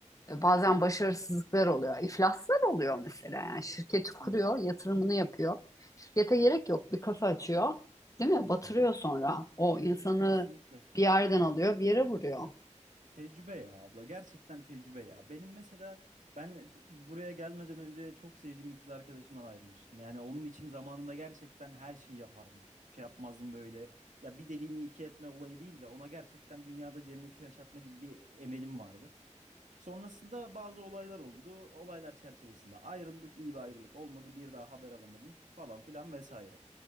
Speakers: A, on the left (about 25°); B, on the right (about 80°).
A: E, Bazen başarısızlıklar oluyor, iflaslar oluyor mesela. Yani şirketi kuruyor,
B: Hı hı
A: yatırımını yapıyor. Şirkete gerek yok, bir kafa açıyor, değil mi?
B: hı.
A: Batırıyor
B: hı.
A: sonra. O insanı
B: Kesinlikle.
A: bir yerden alıyor, bir yere vuruyor.
B: Tecrübe ya abla. Gerçekten tecrübe ya. Benim mesela ben t- buraya gelmeden önce çok sevdiğim bir kız arkadaşımdan ayrılmıştım. Yani onun için zamanında gerçekten her şeyi yapardım. Bir şey yapmazdım böyle. Ya bir dediğini iki etme olayı değil de ona gerçekten dünyada cenneti yaşatma gibi bir emelim vardı. Sonrasında bazı olaylar oldu. Olaylar çerçevesinde ayrıldık, iyi bir ayrılık olmadı. Bir daha haber alamadım falan filan vesaire.